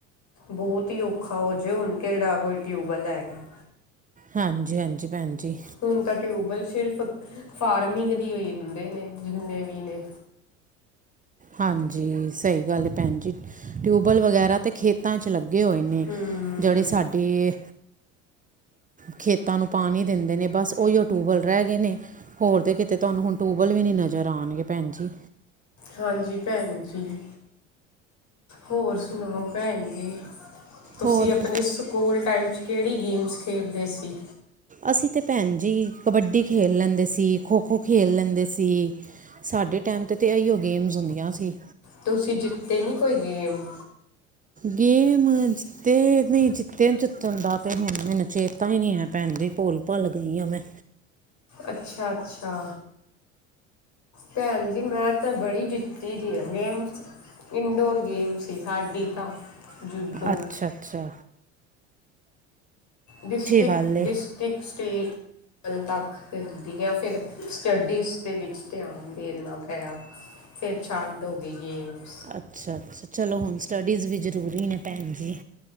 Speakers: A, on the left; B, on the right.
A: ਬੋਤ ਈ ਔਖਾ ਹੋ ਜੇ ਹੁਨ ਕੇੜਾ ਕੋਈ ਟੀਊਬਵੈਲ ਹੈਗਾ ਐ।
B: ਹਾਂਜੀ-ਹਾਂਜੀ, ਭੈਣ ਜੀ।
A: ਹੁਣ ਤਾਂ ਟੀਊਬਵੈੱਲ ਸੀਰਫ ਫਾਰਮੀਂਗ ਦੀ ਹੋਈ ਹੁੰਦੇ ਨੇ, ਜੀਨੇ ਵੀ ਨੇ।
B: ਹਾਂਜੀ ਸਈ ਗੱਲ ਭੈਣ ਜੀ, ਟੀਊਬਵੈੱਲ ਵਗੈਰਾ ਤਾਂ ਖੇਤਾਂ ਚ ਲੱਗੇ ਹੋਏ ਨੇ
A: ਹੂੰ
B: ਜੇੜੀ ਸਾਡੀ ਏ ਖੇਤਾ ਨੂੰ ਪਾਣੀ ਦੀਂਦੇ ਨੇ, ਬਸ ਓਈਓ ਟੀਊਬਵੈਲ ਰੈ ਗਏ ਨੇ। ਹੋਰ ਤੇ ਕੀਤੇ ਧੋਆਨੂੰ ਹੁਨ ਟੀਊਬਵੈਲ ਵੀ ਨੀ ਨਜ਼ਰ ਆਣਗੇ ਭੈਣ ਜੀ।
A: ਹਾਂਜੀ ਭੈਣ ਜੀ। ਹੋਰ ਸੁਣਾਓ ਭੈਣ ਜੀ? ਤੁਸੀਂ
B: ਹੋਰ
A: ਆਪਣੇ ਸਕੂਲ ਟਾਈਮ ਚ ਕੇੜੀ ਗੇਮਸ ਖੇਡਦੇ ਸੀ?
B: ਅਸੀਂ ਤੇ ਭੈਣ ਜੀ, ਕਬੱਡੀ ਖੇਲ ਲੈਂਦੇ ਸੀ, ਖੋ-ਖੋ ਖੇਲ ਲੈਂਦੇ ਸੀ ਸਾਡੇ ਟਾਈਮ ਤੇ ਤੇ ਐਈਓ ਗੇਮਸ ਹੁੰਦੀਆਂ ਸੀ।
A: ਤੁਸੀਂ ਜੀਤੇ ਨੀ ਕੋਈ ਗੇਮ?
B: ਗੇਮ ਜੀਤੇ ਨਈ ਜੀਤੇ ਜੀਤਣ ਦਾ ਤਾਂ ਹੁਣ ਮੈਨੂੰ ਚੇਤਾ ਈ ਨੀ ਐ ਭੈਣ ਜੀ ਭੋਲ ਭੁੱਲ ਗਈਆਂ ਮੈਂ।
A: ਅੱਛਾ-ਅੱਛਾ। ਭੈਣ ਜੀ ਮੈਂ ਤਾਂ ਬੜੀ ਜੀਤੀ ਦੀ ਆ ਗੇਮਸ। ਇੰਨਡੋਰ ਗੇਮ ਸੀ ਸਾਡੀ ਤਾਂ। ਜੂਡੋ
B: ਅਛਾ-ਛਾ।
A: ਡੀਸਟੀਕ,
B: ਗੱਲ ਏ,
A: ਡੀਸਟੀਕ ਸਟੇਟ ਦਖ ਤੇ ਦਿੰਦੀ ਆ ਫਿਰ ਸਟੱਡੀਜ਼ ਦੇ ਵਿੱਚ ਧਿਆਨ ਦੇਨਾ ਪਿਆ। ਫੇਰ ਸ਼ਾਂਤ ਹੋ ਗਈ ਗੇਮਜ।
B: ਅੱਛਾ ਅੱਛਾ ਚਲੋ ਹੁਣ ਸਟਡੀਜ਼ ਵੀ ਜ਼ਰੂਰੀ ਨੇ ਭੈਣ ਜੀ।